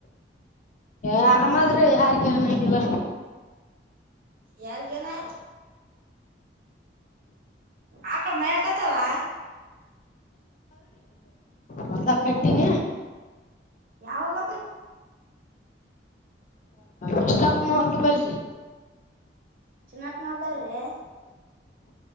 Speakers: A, on the left; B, on the right.
A: ಆರಾಮಾದ್ರೆ ಯಾರ್ಗ ಏನಾಗಿಿಲ್ಲ
B: ಯಾರಿಗೆನೀ ಆಕಳ ಮಯ ಕತವಾ
A: ಮದ ಕಟ್ಟನ
B: ಯಾವಲ್ಲ
A: ಎಷ್ಟ ಅ ಬಲ್ರಿ
B: ಚಿನ್ನಪ್ಪನದಾರ್ರೀ